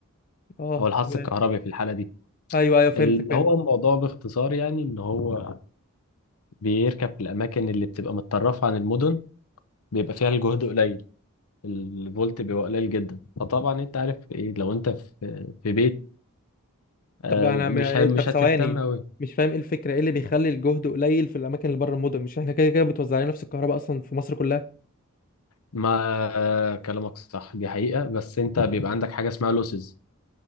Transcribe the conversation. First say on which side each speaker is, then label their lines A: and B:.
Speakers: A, on the left (about 40°); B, on the left (about 80°).
A: اه
B: او الحث
A: تمام
B: الكهربي في الحالة دي
A: ايوه ايوه فهمتك
B: اللي
A: فهمت
B: هو الموضوع باختصار يعني ان هو بيركب في الاماكن اللي بتبقى متطرفة عن المدن بيبقى فيها الجهد قليل الفولت بيبقى قليل جدا فطبعا انت عارف ايه لو انت في في بيت آه،
A: طب انا
B: مش
A: م- إيه،
B: ه-
A: طب
B: مش
A: ثواني
B: هتهتم قوي
A: مش فاهم ايه الفكره ايه اللي بيخلي الجهد قليل في الاماكن اللي بره المدن مش احنا كده كده بتوزع علينا نفس الكهرباء اصلا في مصر كلها
B: ما آه، كلامك صح دي حقيقة بس انت بيبقى عندك حاجة اسمها لوسز